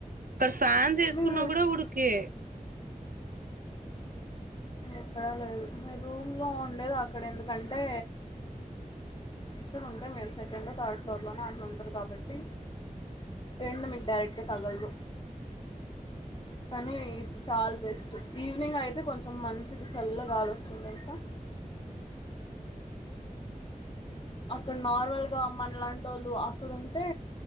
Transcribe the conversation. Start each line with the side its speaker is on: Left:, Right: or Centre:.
Right: ఫాన్స్ ఏసుకున్నా
Left: మీరు
Right: కూడ ఉడుకే.
Left: ఎక్కడా లేదు, మీరు రూమ్లో ఉండేది అక్కడ ఎందుకంటే, ఇక్కడ ఉంటె మీరు సెకండో, థర్డ్ ఫ్లోర్లోనో అట్ల ఉంటరు కాబట్టి. ఎండ మీకు డైరెక్ట్ గా తగల్దు. కానీ ఇది చాలా బెస్ట్ ఈవినింగ్ అయితే కొంచెం మం చిగి చల్లగాలోస్తుంది. దేల్సా అక్కడ నార్మల్ గా మన లాంటోళ్ళు అక్కడ ఉంటే